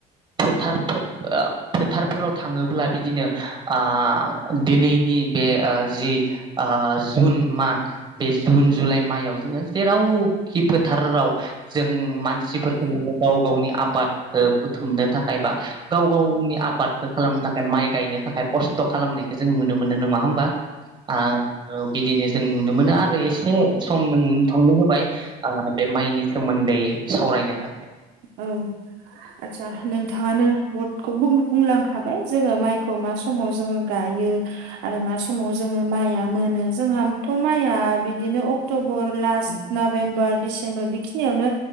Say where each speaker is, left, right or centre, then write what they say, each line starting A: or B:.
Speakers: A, on the right; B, on the right.
A: फोथार फोथ ओ फोथारफोराव थाङोब्ला बिदिनो ओ दिनैनि बे ओ जि ओ जुन मा बे जुन जुलाइ मायाव जोङो जेरावखि फोथाराव जों मानसिफोरखौ नुयो गाव गावनि आबाद ओ बुथुमनो थाखाय बा गाव गावनि आबादखौ खालामनो थाखाय माइ गायनो थाखाय। खस्थ' खालामनायखो जों नुनो मोनो नङा होमबा आ औ बिदिनो। जों नुनो मोनो आरो एसे सम नोंथांनो होबाय ओ बे माइनि सोमोन्दै सावरायनो थाखाय
B: औ आदसा नोंथाङानो बहद खौ बुंलांखाबाय जोङो माइखौ मा समाव जोङो गायो आरो मा समाव जोङो मा माइया मोनो जोंहाथ' माइआ बिदिनो अक्ट'बर लास नबेम्बर दिसेम्बर बिखिनियावनो